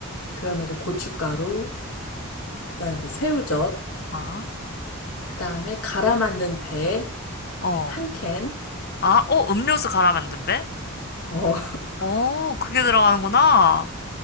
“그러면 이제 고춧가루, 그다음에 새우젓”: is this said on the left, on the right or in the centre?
Left